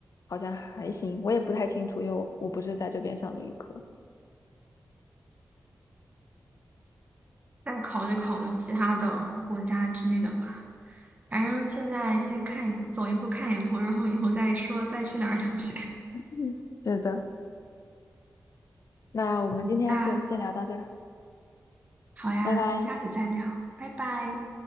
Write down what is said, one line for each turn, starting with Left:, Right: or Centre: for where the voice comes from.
Left: 好像还行，我也不太清楚，因为我我不是在这边上的预科。
Right: 再考虑考虑其他的国家之类的吧。反正现在先看，走一步看一步，然后以后再说再去哪儿留学。
Left: 嗯，是的。那我们今天就先聊到这儿，
Right: 那好呀，
Left: 拜拜。
Right: 下次再聊，拜拜。